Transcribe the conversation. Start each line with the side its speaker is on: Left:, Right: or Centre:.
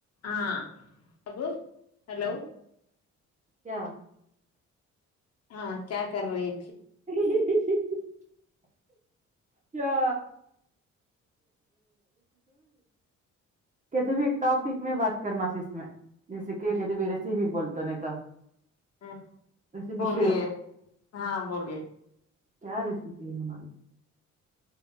Left: ہاں ببو ہلو
Right: ا کیا
Left: ہاں کیا کر رہ
Right: ہ کیا کہتے ایک ٹاپک میں بات کرنا اس میں جیسے کہ کہتے رسی بھیک بول تو نہیں تو
Left: ہ
Right: ریسیپی
Left: بولیے
Right: شیئر
Left: ہاں بولیے
Right: کیا ریسی ہے ہماری